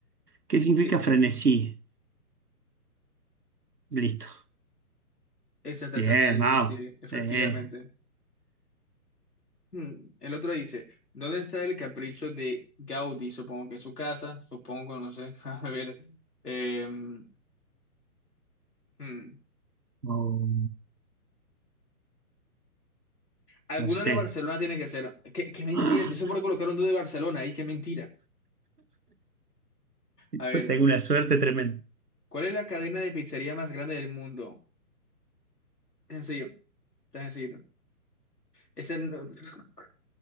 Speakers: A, on the right (about 85°); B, on the left (about 80°).
A: ¿Qué significa
B: Que
A: frenesí? Listo.
B: esa estación
A: Bien,
B: de ánimo,
A: wow.
B: sí, efectivamente.
A: Eh,
B: Hmm, El otro dice, ¿dónde está el capricho de Gaudí? Supongo que en su casa, supongo, no sé. <laughs> A ver, em, hmm,
A: no,
B: alguna
A: no sé.
B: de Barcelona tiene que ser. ¿Qué, qué mentira?
A: <gasps> ¡Ah!
B: Entonces, ¿por qué colocaron dos de Barcelona ahí? ¿Qué mentira?
A: Yo
B: A ver,
A: tengo una suerte tremenda.
B: ¿cuál es la cadena de pizzería más grande del mundo? Es sencillo, está sencillo. Ese no- <laughs>